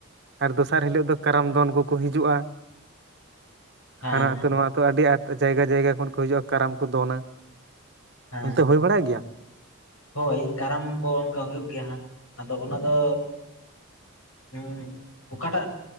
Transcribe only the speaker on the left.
ᱦᱮᱸ
ᱦᱮᱸ
ᱦᱮᱸ
ᱦᱳᱭ ᱠᱟᱨᱟᱢ ᱠᱚ ᱚᱝᱠᱟ ᱦᱩᱭᱩᱜ ᱜᱮᱭᱟ ᱦᱟᱸᱜ, ᱟᱫᱚ ᱚᱱᱟ ᱫᱚ <unintelligible> ᱚᱠᱟᱴᱟᱜ